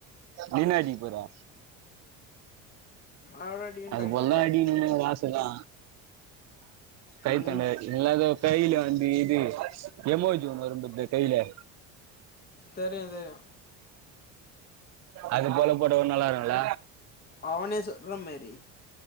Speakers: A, on the right (about 45°); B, on the left (about 25°).
A: நீன்னா அடிக்க போறே
B: அவட அடியுண்டா
A: அதுபோல்லா
B: இத்துல
A: தா அடிக்கணோனு ஒரு ஆச தா கைத்தாண்ட
B: ம்
A: இல்னா எதோ கையில வந்தி இது எமோஜ் ஒன்னு வரும் பாத்தே கைலே
B: தெரியு தெரியு
A: அது போல போட்டா கூட நல்லா இருக்குல
B: அவனே சுட்ர மாரி